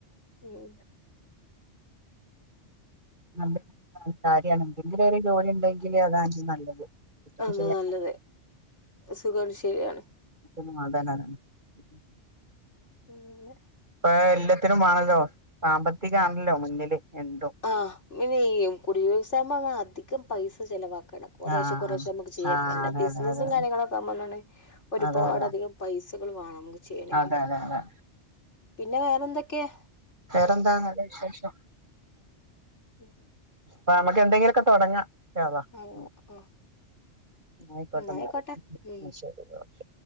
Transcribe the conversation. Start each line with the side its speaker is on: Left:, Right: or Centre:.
Left: മ്
Right: നമ്പര് <inaudible> ത്താൽ കാരിയാണ് ഇങ്ങനെ ഒരു ജോലി ഉണ്ടെങ്കില് അതാൻക്ക് നല്ലത് ഏറ്റവും
Left: അതാ
Right: ചെയ്യാൻ
Left: നല്ലത് സുഖാണ് ശെരിയാണ്
Right: മ് അതാണ് <unintelligible>
Left: അങ്ങനെ
Right: പ്പാ അല്ല ത്തിനും മാണല്ലോ സാമ്പത്തികാണല്ലോ മുന്നില് എന്തും
Left: ആഹ് പിന്നെ ഈ കുടിൽ വ്യവസായ മങ്ങ് അധികം പൈസ ചെലവാ ക്ണ. കൊറേശെ
Right: ആഹ്
Left: കുറേശെ നമുക്ക് ചെയ്യാം
Right: ആഹ്
Left: വല്ല
Right: അതെ
Left: ബിസിനസും
Right: അതെ അതെ
Left: കാര്യങ്ങളൊക്കാവുമ്പന്താണ് ഒരുപാട്
Right: അതെ അതെ
Left: അധികം പൈസകൾ വേണം നമുക്ക് ചെയ്യെണെങ്കില്
Right: അതെ അതെ അതെ
Left: പിന്നെ വേ എന്തൊക്കെയാ
Right: വേറെന്താ നല്ല വിശേഷം
Left: ഉം
Right: <unintelligible> നമ്മക്ക് എന്തെങ്കിലൊക്കെ തുടങ്ങാം ഇൻശാ അള്ളാ
Left: ആഹ്
Right: ഉം
Left: ആഹ്
Right: ആയിക്കോട്ടേ
Left: എന്നായിക്കോട്ടെ
Right: എന്നാല്
Left: ഉം
Right: ശരി ഓകെ